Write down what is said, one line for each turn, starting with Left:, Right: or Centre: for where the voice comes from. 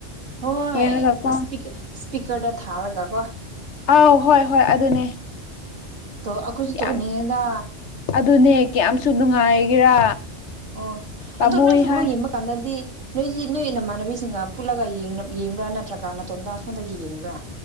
Right: ꯍꯣꯏ
Left: ꯌꯦꯡꯔꯒꯀꯣ
Right: ꯑꯁ ꯏꯁꯄꯤꯒ ꯏꯁꯄꯤꯀꯔꯗ ꯊꯥꯔꯒꯀꯣ
Left: ꯑꯥꯎ ꯍꯣꯏ ꯍꯣꯏ ꯑꯗꯨꯅꯦ
Right: ꯇꯣ ꯑꯈꯣꯏꯁꯨ
Left: ꯌꯥꯝ
Right: ꯇꯣꯅꯤꯡꯉꯤꯗ
Left: ꯑꯗꯨꯅꯦ ꯀꯌꯥꯝꯁꯨ ꯅꯨꯡꯉꯥꯏꯒꯦꯔꯥ
Right: ꯑꯣ
Left: ꯄꯥꯝꯃꯨꯏ
Right: ꯑꯗꯣ ꯅꯣꯏ ꯐꯨꯠꯕꯣꯜ
Left: ꯍꯥꯏ
Right: ꯌꯦꯡꯕ ꯀꯥꯟꯗꯗꯤ ꯅꯣꯏꯗꯤ ꯅꯣꯏ ꯅꯃꯥꯟꯅꯕꯤꯁꯤꯡꯒ ꯄꯨꯜꯂꯒ ꯌꯦꯡꯅꯞ ꯌꯦꯡꯕ꯭ꯔꯥ ꯅꯠꯇ꯭ꯔꯒ ꯅꯇꯣꯝꯇ ꯐꯝꯔꯒ ꯌꯦꯡꯕ꯭ꯔꯥ